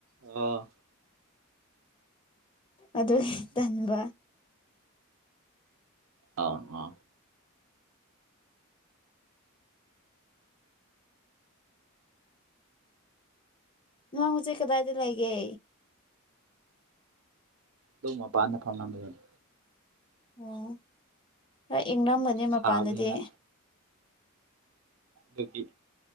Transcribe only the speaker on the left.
ꯑꯗꯨ ꯇꯟꯕ
ꯅꯪꯁꯦ ꯀꯗꯥꯏꯗ ꯂꯩꯒꯦ
ꯎꯝ ꯍꯣꯏ ꯏꯪꯅꯝꯃꯅꯤ
ꯃꯄꯥꯟꯗꯗꯤ